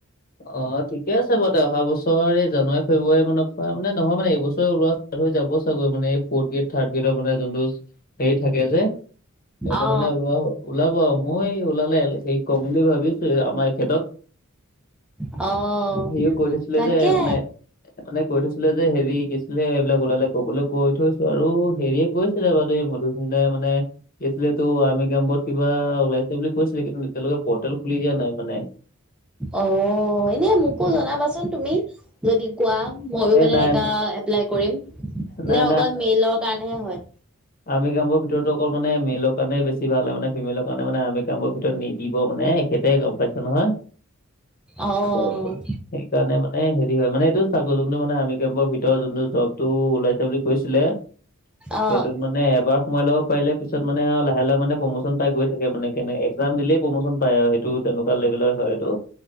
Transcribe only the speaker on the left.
অ ঠিকে আছে বাৰু তে অহা বছৰ এই জানুৱাৰী ফেব্ৰুৱাৰী মানৰ পৰা, মানে নহয় মানে এইবছৰে ওলোৱা হৈ যাব চাগৈ মানে এই ফৰ্থ গ্ৰেড থাৰ্ড গেডৰ মানে যোনটো, হেৰী থাকে যে, সেইটো
মানে ওলাব। ওলাব মই ওলালে হেৰিক কম বুলি ভাবিছোৱেই, আমাৰ এখেতক।
সিও কৈ থৈছিলে
যে মানে মানে কৈ থৈছিলে যে হেৰি কি আছিলে এইবিলাক ওলালে কবলৈ কৈ থৈছো আৰু হেৰিয়ে কৈছে ছিলে বাৰু এই মধুস্মিতাই মানে কি আছিলে এতো আৰ্মি কেম্পত কিবা ওলাই ছিলেবুলি কৈছিলে কিন্তু এতিয়়লৈকে পৰ্টেল খুলি দিয়া নাই মানে।
এ
নাই
নাই
আৰ্মী কেম্পৰ ভিতৰতো অকল মানে মেলৰ কাৰণে বেছি ভাল হয় মানে ফিমেলৰ কাৰণে মানে আৰ্মী কেম্পৰ ভিতৰত নিদিব মানে তেতিয়াই গম পাইছে নহয়,
সেইটো সেইকাৰণে মানে হেৰি হয় মানে এইটো, থাকো যোনটো মানে আৰ্মী কেম্পৰ ভিতৰত যোনটো জবটো ওলাইছে বুলি কৈছিলে,
সেইটোত মানে এবাৰ সোমাই ল'ব পাৰিলে পিছত মানে লাহ লাহে মানে প্ৰমোচন পাই গৈ থাকে মানে কেনে এক- একজাম দিলেই প্ৰমোচন পায় আৰু সেইটো তেনেকুৱা লেভেলৰ হয় এইটো।